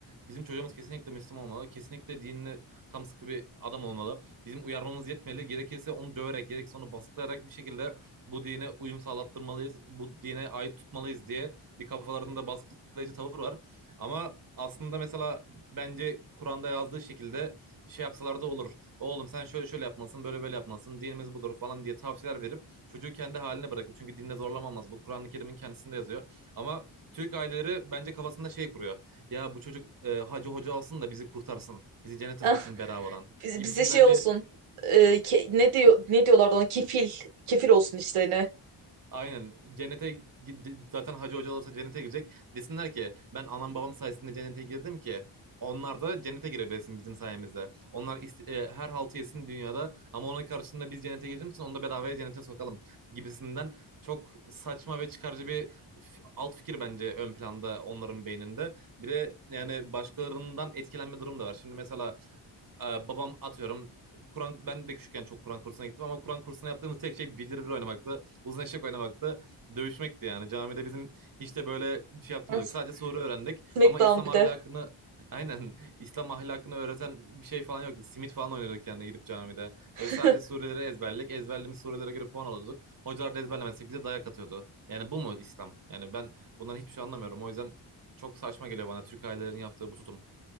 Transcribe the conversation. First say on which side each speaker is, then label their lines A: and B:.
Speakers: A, on the right; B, on the right.
A: Bizim çocuğumuz kesinlikle Müslüman olmalı. Kesinlikle dinine tam sıkı bir adam olmalı. Bizim uyarmamız yetmeli. Gerekirse onu döverek, gerekirse onu baskılayarak bir şekilde bu dine uyum sağlattırmalıyız. Bu dine ait tutmalıyız diye bir kafalarında baskılayıcı tavır var. Ama aslında mesela bence Kur'an'da yazdığı şekilde şey yapsalar da olur. Oğlum sen şöyle şöyle yapmasın, böyle böyle yapmasın, dinimiz budur falan diye tavsiyeler verip çocuğu kendi haline bırakıp çünkü dinde zorlamamaz. Bu Kur'an-ı Kerim'in kendisinde yazıyor. Ama Türk aileleri bence kafasında şey kuruyor. Ya bu çocuk e, hacı hoca alsın da bizi kurtarsın. Bizi cennete
B: Ah,
A: soksun bedavadan
B: biz-
A: gibisinden
B: bize şey olsun.
A: bir
B: e, ke- ne diyor ne diyorlardı ona? Kefil. Kefil olsun işlerine.
A: Aynen. Cennete gi- zaten hacı hoca olursa cennete girecek. Desinler ki ben anam babam sayesinde cennete girdim ki onlar da cennete girebilsin bizim sayemizde. Onlar is- e, her haltı yesin dünyada ama onun karşılığında biz cennete girdiğimiz için onu da bedavaya cennete sokalım gibisinden çok saçma ve çıkarcı bir f- alt fikir bence ön planda onların beyninde. Bir de yani başkalarından etkilenme durum da var. Şimdi mesela e, babam atıyorum Kur'an ben de küçükken çok Kur'an kursuna gittim ama Kur'an kursuna yaptığımız tek şey bildir bir oynamaktı. Uzun eşek oynamaktı. Dövüşmekti yani. Camide bizim hiç de böyle bir şey yaptığımız
B: Ah,
A: yok. Sadece sure öğrendik
B: Smackdown
A: ama İslam
B: bir
A: ahlakını
B: de.
A: aynen <laughs> İslam ahlakını öğreten bir şey falan yoktu. Simit falan oynuyorduk yani gidip camide.
B: <laughs>
A: Böyle sadece sureleri ezberledik. Ezberlediğimiz surelere göre puan alıyorduk. Hocalar da ezberlemezsek bize dayak atıyordu. Yani bu mu İslam? Yani ben bundan hiçbir şey anlamıyorum. O yüzden çok saçma geliyor bana Türk ailelerin yaptığı bu tutum.